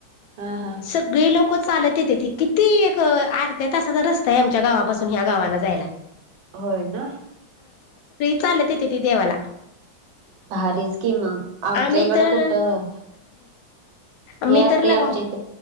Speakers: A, on the right; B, on the left.
A: हा हा
B: सगळे लोक. क चालत येते त किती एक अर्ध्या तासाचा रस्ता आहे आमच्या गावापासून ह्या गावाना जायला.
A: होय ना.
B: चाल तथे त देवाला
A: भारीच कि मग आमच्या
B: आम्ही
A: इकडं
B: तर
A: कुठं हे
B: मी
A: असते
B: तर लग
A: आमच्या इथ